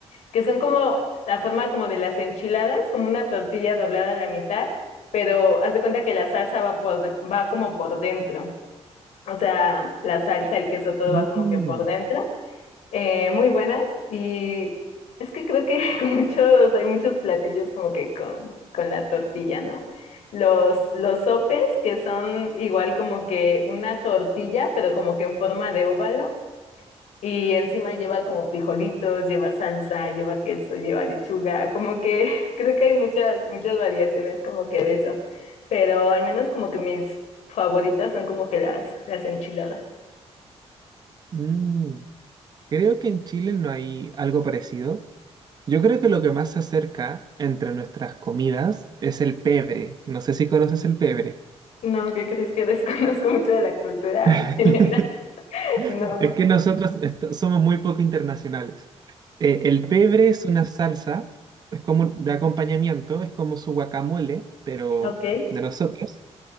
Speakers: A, on the left; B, on the right.
A: que son como la forma como de las enchiladas, como una tortilla doblada a la mitad, pero haz de cuenta que la salsa va, por, de- va como por dentro. O sea, la salsa, el queso, todo
B: mm,
A: va como que por dentro eh, muy buenas y es que creo que <laughs> muchos, hay muchos platillos como que con, con la tortilla, ¿no? Los, los sopes, que son igual como que una tortilla, pero como que en forma de óvalo, y encima lleva como frijolitos, lleva salsa, lleva queso, lleva lechuga, como que <laughs> creo que hay muchas, muchas variaciones como que de eso, pero al menos como que mis favoritas son como que las, las enchiladas.
B: Mm, creo que en Chile no hay algo parecido. Yo creo que lo que más se acerca entre nuestras comidas es el pebre. No sé si conoces el pebre.
A: No, ¿qué crees que <laughs> desconozco mucho de la cultura
B: <laughs>
A: chilena? <laughs> No.
B: Es que nosotros est- somos muy poco internacionales. Eh, el pebre es una salsa, es como un- de acompañamiento, es como su guacamole, pero
A: Ok.
B: de nosotros.